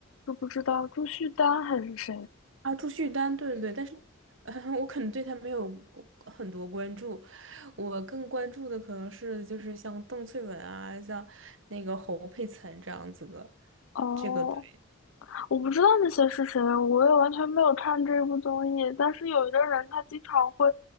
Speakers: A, on the left; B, on the right.
A: 知不知道朱旭丹还是谁？
B: 啊，朱旭丹，对对对，但是，呃我可能对他没有很多关注，我更关注的可能是就是像邓萃雯啊，像那个侯佩岑这样子的，
A: 哦
B: 这个对。
A: 我不知道那些是谁，我也完全没有看这部综艺。但是有一个人，他经常会